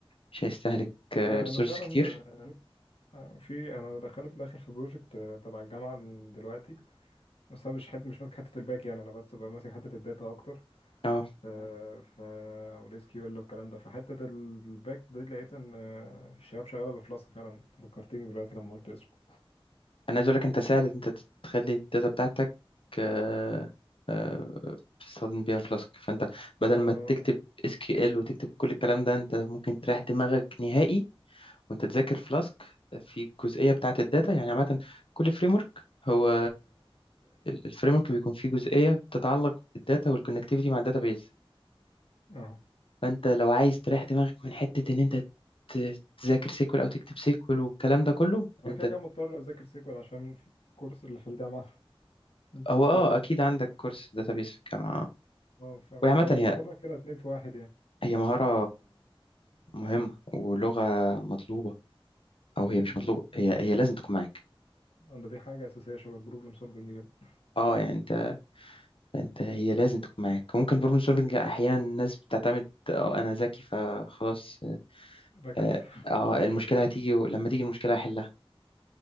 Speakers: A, on the left; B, on the left.
A: مش هيستهلك ريسورس
B: آه، انا إيه؟ فعلا
A: كتير
B: آه، آه، في انا داخل داخل في بروجكت تبع الجامعه دلوقتي بس انا مش حت مش ماسك حته الباك يعني انا بس ببقى ماسك حته الداتا اكتر
A: اه
B: آه، ف والاس كيو ال والكلام ده فحته الباك دي لقيت ان آه، الشباب شغاله بفلاسك فعلا أنت فكرتني دلوقتي لما قلت اسمه
A: انا عايز اقول لك انت سهل إن انت تخلي الداتا بتاعتك آه، آه، تستخدم بيها فلاسك فانت بدل
B: اه
A: ما تكتب
B: بس
A: اس كيو ال وتكتب كل الكلام ده انت ممكن تريح دماغك نهائي وانت تذاكر فلاسك في الجزئيه بتاعه الداتا يعني عامه كل فريم ورك هو الفريم ورك بيكون فيه جزئيه بتتعلق بالداتا والكونكتيفيتي مع الداتا بيز
B: اه
A: فانت لو عايز تريح دماغك من حته ان انت ت- تذاكر سيكول او تكتب سيكول والكلام ده كله
B: انا
A: انت
B: كده بس كده مضطر اذاكر سيكوال عشان في الكورس اللي في الجامعه <laughs> داتا
A: هو اه اكيد عندك كورس داتابيس في الجامعه
B: اه ف-
A: وهي عامة
B: فانا
A: هي
B: باخدها كده اتنين في واحد
A: هي مهارة مهمة ولغة مطلوبة أو هي مش
B: يعني
A: مطلوبة هي هي لازم تكون معاك
B: ده دي حاجة أساسية شبه البروبلم سولفنج جدا
A: اه يعني انت انت هي لازم تكون معاك ممكن بروبلم سولفنج احيانا الناس بتعتمد اه انا ذكي فخلاص
B: بكرف
A: اه
B: <laughs>
A: آه، المشكله هتيجي ولما تيجي المشكله هحلها